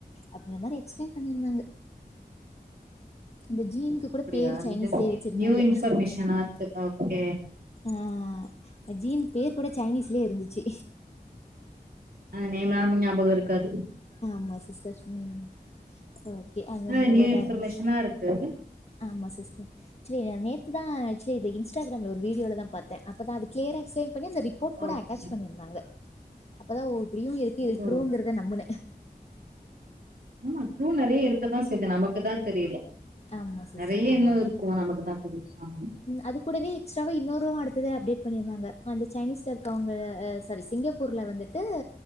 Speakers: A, on the left; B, on the right.
A: அப்படி மாதிரி எக்ஸ்பிளைன் பண்ணியிருந்தாங்க ஹ் ஜீனுக்கு
B: அப்டியா
A: கூட பேர் சைனீஸ்லயே
B: இது நி-
A: வச்சிருந்தாங்க
B: நியூ இன்ஃபர்மேஷனா இருக்கு ஓகே
A: ஆஹ் ஜீன் பேர் கூட சைனீஸ்லயே இருந்துச்சு
B: அஹ் நேம் எல்லா ஞாபகம் இருக்காது
A: ஆமா சிஸ்டர் ம் ஓக்கே அ
B: ஆ
A: நியூவா
B: நியூ
A: தான்
B: இன்ஃபர்மேஷனா
A: இருந்துச்சு
B: இருக்கு
A: ஆமா சிஸ்டர் ஆக்சுவலி நேத்துதான் ஆக்சுவலி அந்த இன்ஸ்டாகிராம்ல வீடியோலாதா பாத்தேன் அப்பதா கிளீரன்சே பண்ணி அந்த ரிப்போர்ட் கூட
B: ஓகே
A: அட்டாச் பண்ணிருந்தாங்க அப்பதான் நீயூருக்கே இது
B: ஓ
A: ட்ருங்கரத நம்புனே
B: ஆமா ட்ரூ நெறைய இருக்கதா செய்து நமக்கு தா தெரியல
A: ஆமா சிஸ்டர்
B: நெறய
A: ஆமாங்க
B: இன்னு இருக்கும் ஆனா நமக்கு தா தெரியில ஆமா
A: அது கூடவே எக்ஸ்டவா இன்னொரு அடுத்தது அப்டேட் பண்ணியிருந்தாங்க அந்த சைனீஸ் இருக்காங்ல செரி சிங்கப்பூர்ல வந்துட்டு